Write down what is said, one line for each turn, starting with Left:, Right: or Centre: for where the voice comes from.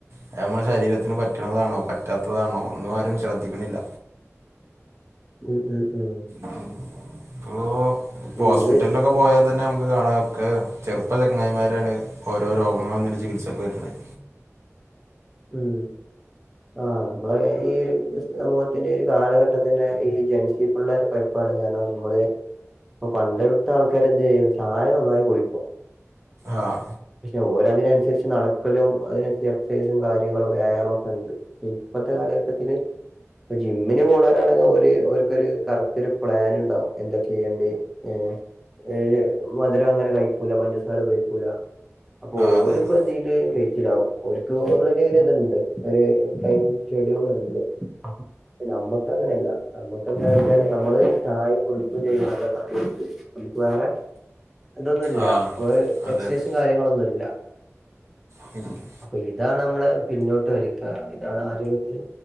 Right: അത് നമ്മടെ ശരീരത്തിന് പറ്റ്ണതാണോ, പറ്റാത്തതാണോ, ഒന്നും ആരും ശ്രദ്ധിക്ക്ണില്ല.
Centre: ഉം, ഉം, ഉം
Right: ഉം, പ്പോ,
Centre: അപ്പൊ
Right: പ്പോസ്പിറ്റലിലൊക്കെ
Centre: ഇത്
Right: പോയാ.... തന്നെ നമക്ക് കാണാം. ഒക്കെ ചെറുപ്പ ചെങ്ങായിമാരാണ് ഓരോ രോഗങ്ങൾ വന്ന്ട്ട് ചികിത്സക്ക് വര്ന്നത്.
Centre: ഉം ആഹ്, നമ്മളെ ഈ ഒര് സമൂഹത്തിന്റെ, ഒരു കാലഘട്ടത്തിൻ്റെ ഈ ജൻസി... ഉള്ളൊരു കൊയ്പ്പാണ്. കാരണം നമ്മള് ഇപ്പ പണ്ട്.. ഇപ്പത്തൊൾക്കാര് എന്ത് ചെയ്യും. ചായ നന്നായി കുടിക്കും.
Right: ആഹ്
Centre: പക്ഷെ ഓരതിനൻസരിച്ച് നടക്കലും അതിനരിച്ച് എക്സൈസും കാര്യങ്ങളും വ്യായാമൊക്കണ്ട്. ഇപ്പത്തെ കാലഘട്ടത്തില്.... ഇപ്പ ജിമ്മിന് പോണോരാണെങ്കെ ഓര് ഓൽക്കൊര് കറക്റ്റൊര് പ്ലാന്ണ്ടാവും എന്താ ചെയ്യണ്ട് ഏ ഏ മധുരങ്ങനെ കഴിക്കൂല പഞ്ചസാരുപയോഗിക്കൂല അപ്പോര്പ്പതീല്
Right: അതെ അതെ
Centre: കയ്ച്ചിലാവും ഓൽക് ഓൾറെഡീ ഇത്ണ്ട് ഒര് ടൈം ഷെഡ്യൂൾ ഇണ്ട് ഇപ്പ നമ്മക്കങ്ങനല്ല നമ്മക്കെന്താച്ചാല് നമ്മള് ചായ കുടിക്കേം ചെയ്യും നല്ല നമുക്ക് വേറെ ഇതൊന്നുല്ല
Right: ആഹ്
Centre: ഇപ്പൊ
Right: അതെ
Centre: എക്സൈസും
Right: അതെ
Centre: കാര്യങ്ങളൊന്നുല്ല
Right: താങ്ക് യു
Centre: അപ്പൊ ഇതാണ് നമ്മളെ പിന്നോട്ട് വലിക്ക ഇതാണാരോഗ്യത്തിന്